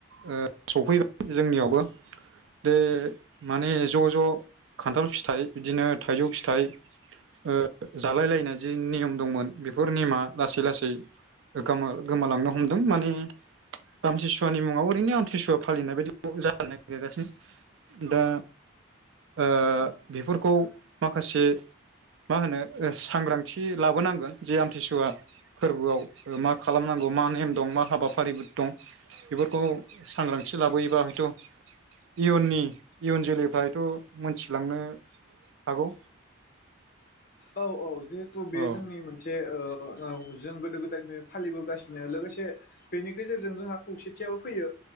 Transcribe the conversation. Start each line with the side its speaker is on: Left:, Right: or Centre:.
Right: ओ सफैबाय जोंनियावबो बे माने ज' ज' खान्थाल फिथाइ बिदिनो थाइजौ फिथाइ ओ जालाय लायनाय जि नियम दंमोन बेफोर नियमा लासै लासै गोमा-गोमालांनो हमदों माने आमथिसुवानि मुङाव ओरैनो आमथिसुवा फालिनाय बायदिखौ जानो नागिरगासिनो दा ओ बेफोरखौ माखासे मा होनो सांग्रांथि लाबोनांगोन जे आमथिसुवा फोरबोआव मा खालामनांगौ मा नेम दं मा हाबाफारिबो दं बेफोरखौ सांग्रांथि लाबोयोबा हयथ' इयुननि इयुन जोलैफ्रा हयथ' मोनथिलांनो हागौ
Left: औ औ जिहेथु बे
Right: औ
Left: जोंनि मोनसे ओ औ जों गोदो गोदायनि फालिबोगासिनो लोगोसे बेनि गेजेरजों जोंहा खौसेथियाबो फैयो